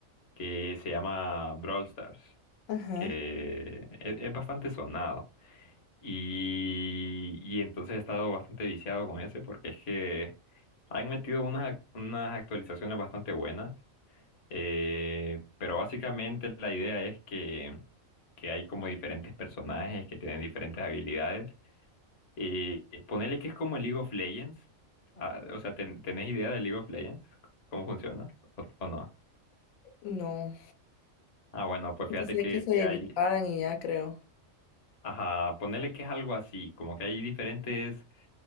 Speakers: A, on the left (about 40°); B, on the left (about 80°).
A: que se llama Brawl Stars,
B: Ajá.
A: que es, es bastante sonado. Y, y entonces he estado bastante viciado con ese porque es que han metido unas, ac- unas actualizaciones bastante buenas. eh, pero básicamente la idea es que, que hay como diferentes personajes que tienen diferentes habilidades y ponerle que es como el League of Legends. Ah, o sea, ten- ¿tenés idea de League of Legends? ¿Cómo funciona? ¿O, o no?
B: No,
A: Ah, bueno, pues
B: yo
A: fíjate
B: sé
A: que
B: que se
A: hay...
B: disparan y ya creo.
A: Ajá, ponerle que es algo así, como que hay diferentes